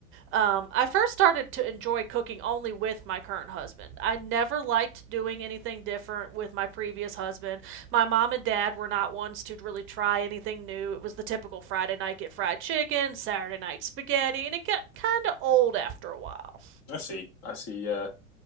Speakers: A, on the right; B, on the left.
A: um, I first started to enjoy cooking only with my current husband. I never liked doing anything different with my previous husband. My mom and dad were not ones to really try anything new. It was the typical Friday night get fried chicken, Saturday night spaghetti, and it got kind of old after a while
B: I see. I see. Yeah.